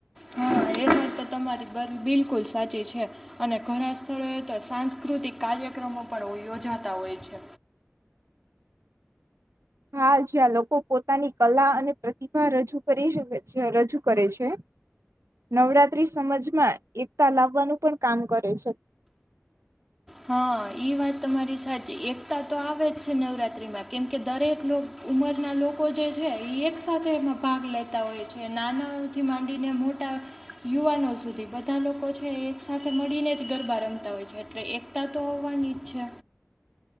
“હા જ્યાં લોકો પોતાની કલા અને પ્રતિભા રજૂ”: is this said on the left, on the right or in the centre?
Right